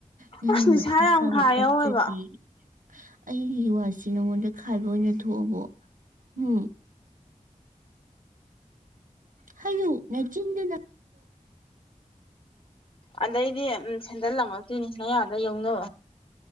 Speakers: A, on the right; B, on the left.
A: ꯅꯪꯅ
B: ꯑꯁ ꯅꯤꯁꯥ
A: ꯃꯊꯥ
B: ꯌꯥꯝ
A: ꯁꯥꯥꯕ
B: ꯈꯥ
A: ꯄꯣꯛꯆꯕꯤ
B: ꯌꯥꯎꯋꯦꯕ
A: ꯑꯩꯒꯤ ꯋꯥꯁꯤ ꯅꯉꯣꯟꯗ ꯈꯥꯏꯕ ꯑꯣꯏꯅ ꯊꯣꯛꯑꯕꯣ ꯎꯝ ꯍꯜꯂꯨ ꯅꯆꯤꯟꯗꯨꯅ
B: ꯑꯗꯩꯗꯤ ꯁꯦꯟꯗꯜ ꯂꯪꯉꯛꯇꯣꯏꯅꯤ ꯅꯌꯥꯗ ꯌꯧꯅꯣ